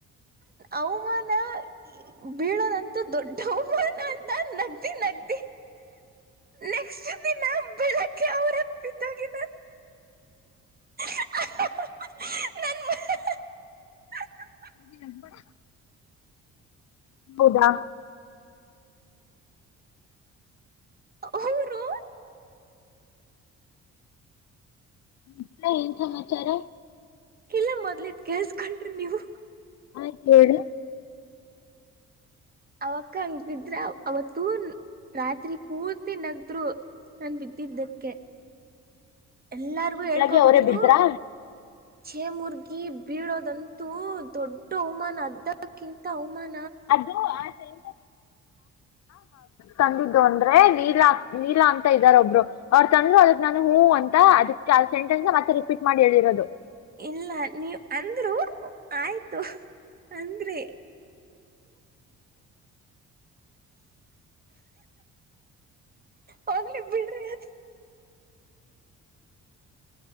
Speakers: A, on the right (about 30°); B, on the left (about 60°).
A: ಅವಮಾನ ಬೀಳೋದಂತೂ ದೊಡ್ಡ ಅವಮಾನ ಅಂತ ನಗ್ದಿ ನಗ್ದಿ ನೆಕ್ಸ್ಟ್ ದಿನ ಬೆಳಿಗ್ಗೆ ಅವ್ರೆ ಬಿದೋಗಿದ್ದರೆ ಹಹಹ
B: ನೀ ನಗ್ಬೇಡ ಹೌದಾ
A: ಅವ್ರು
B: ಮತ್ತೆ ಏನ್ ಸಮಾಚಾರ
A: ಇಲ್ಲ ಮೊದ್ಲದ ಕಲ್ಸ್ಕೊಂಡ್ರಿ ನೀವು
B: ಆಯ್ತ್ ಹೇಳಿ
A: ಅವಕ್ಕ ಹಂಗ ಬಿದ್ರ ಅವತ್ತು ರಾತ್ರಿ ಪೂರ್ತಿ ನಗ್ದ್ರು ನಾನು ಬಿದ್ದಿದ್ದಕ್ಕೆ ಎಲ್ಲಾರ್ಗು ಹೇಳ್ಕೊ
B: ಬೆಳಗ್ಗೆ ಅವರೇ
A: ಬಂದ್ರು
B: ಬಿದ್ರಾ
A: ಛೇ ಮುರ್ಗಿ ಬೀಳೋದಂತೂ ದೊಡ್ಡ ಅವಮಾನ ಅದ್ದಕ್ಕಿಂತ ಅವಮಾನ
B: ಅದು ಆಟ ಎ ತಂದಿದ್ದ ಅಂದ್ರೆ ನೀಲ ನೀಲ ಅಂತ ಇದ್ದಾರ ಒಬ್ರು ಅವರು ತಂದ್ರು ಅದಕ್ ನಾನ ಹೂ ಅಂತ ಅದಕ್ಕೆ ಆ ಸೆಂಟೆನ್ಸ್ ಮತ್ತೆ ರಿಪೀಟ್ ಮಾಡಿ ಹೇಳಿರೋದು
A: ಇಲ್ಲ ನೀವ ಅಂದ್ರು ಆಯ್ತು ಅಂದ್ರೆ ಹೋಗ್ಲಿ ಬಿಡ್ರಿ ಅದು